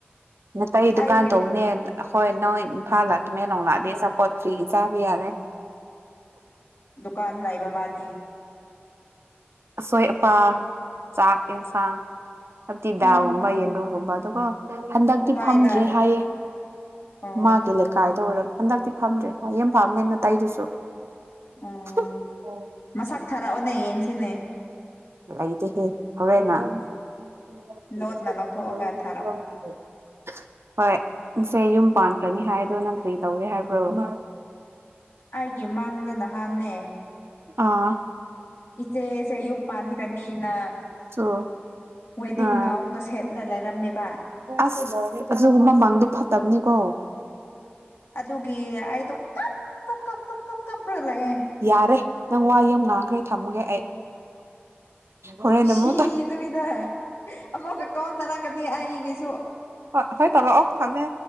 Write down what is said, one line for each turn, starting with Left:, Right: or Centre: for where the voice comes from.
Right: ꯅꯇꯩ ꯗꯨꯀꯥꯟ
Left: ꯑꯩꯒꯤ
Right: ꯇꯧꯕꯅꯦ ꯍꯣꯏ ꯅꯪ ꯏꯝꯐꯥꯜꯗ ꯇꯨꯃꯦꯟ ꯂꯣꯡ ꯂꯥꯛꯑꯗꯤ ꯑꯆꯥꯄꯣꯠ ꯐꯔꯤ ꯆꯕꯥ ꯌꯥꯔꯦ
Left: ꯀꯥꯟ ꯂꯩꯕ ꯃꯥꯗꯤ
Right: ꯑꯁꯣꯏ ꯑꯄꯥ ꯆꯥꯛ ꯌꯦꯟꯁꯥꯡ ꯍꯥꯏꯕꯗꯤ
Left: ꯑꯣ
Right: ꯗꯥꯒꯨꯝꯕ ꯌꯦꯟꯔꯨꯝꯒꯨꯝꯕ ꯑꯗꯨꯒ ꯍꯟꯗꯛꯇꯤ
Left: ꯀꯗꯥꯏꯗ
Right: ꯐꯝꯗ꯭ꯔꯦ ꯍꯥꯏꯌꯦ
Left: ꯑꯣ
Right: ꯃꯥꯒꯤ ꯂꯩꯀꯥꯏꯗ ꯑꯣꯏꯔꯣ ꯍꯟꯗꯛꯇꯤ ꯐꯝꯗ꯭ꯔꯦ ꯍꯌꯦꯡ ꯐꯝꯅꯦ ꯅꯇꯩꯗꯨꯁꯨ
Left: ꯑꯣ
Right: <unintelligible> ꯑꯣ
Left: ꯃꯁꯛ ꯊꯥꯔꯛꯑꯣꯅꯦ ꯌꯦꯡꯁꯤꯅꯦ
Right: ꯂꯩꯇꯦ ꯍꯦ ꯍꯣꯔꯦꯟ ꯉꯥꯛ <unintelligible> <unintelligible>
Left: ꯂꯣꯠꯅ ꯂꯧꯊꯣꯛꯑꯒ ꯊꯥꯔꯛꯑꯣ
Right: <inaudible> ꯍꯣꯏꯁꯦ ꯌꯨꯝ ꯄꯥꯟꯈ꯭ꯔꯅꯤ ꯍꯥꯏꯗꯣ ꯅꯪ ꯀꯔꯤ ꯇꯧꯒꯦ ꯍꯥꯏꯕ꯭ꯔꯣ <unintelligible>
Left: ꯑꯩꯒꯤ ꯃꯡꯗ ꯅꯍꯥꯟꯅꯦ
Right: ꯑꯥ
Left: ꯏꯆꯦꯁꯦ ꯌꯨꯝ ꯄꯥꯟꯒꯅꯤꯅ
Right: ꯆꯣ
Left: ꯋꯦꯗꯤꯡ
Right: ꯑꯥ
Left: ꯒꯥꯎꯟꯒ ꯁꯦꯠꯂ ꯂꯩꯔꯝꯃꯦꯕ
Right: ꯑꯁ ꯑꯗꯨꯒꯨꯝꯕ ꯃꯡꯗꯨ ꯐꯠꯇꯕꯅꯤꯀꯣ
Left: ꯑꯗꯨꯒꯤ ꯑꯩꯗꯨ ꯀꯞ ꯀꯞ ꯀꯞ ꯀꯞ ꯀꯞ ꯀꯞ ꯔ ꯂꯩꯌꯦ
Right: ꯌꯥꯔꯦ ꯅꯪ ꯋꯥ ꯌꯥꯝ ꯉꯥꯡꯈ꯭ꯔꯦ ꯊꯝꯃꯒꯦ ꯑꯩ ꯍꯣꯔꯦꯟ
Left: ꯁꯤ
Right: ꯑꯃꯨꯛ
Left: ꯗꯣꯋꯤꯗ ꯑꯃꯨꯛꯀ ꯀꯣꯜ ꯇꯥꯔꯛꯀꯅꯤ ꯑꯩꯒꯤꯁꯨ
Right: ꯍꯣ ꯍꯣꯏ ꯇꯧꯔꯛꯑꯣ ꯊꯝꯃꯦ